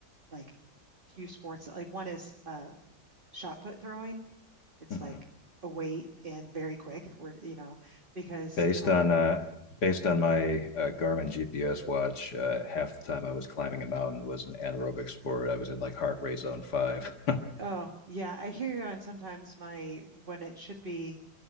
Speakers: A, on the right (about 30°); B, on the left (about 85°).
A: like few sports like one is uh shot put throwing. It's
B: hmm
A: like a weight and very quick. We're you know, because
B: Based
A: um
B: on uh, based on my uh, Garmin GPS watch, uh, half the time I was climbing a mountain was an anaerobic sport. I was in like heart rate zone five. <laughs>
A: oh yeah, I hear you on sometimes my when it should be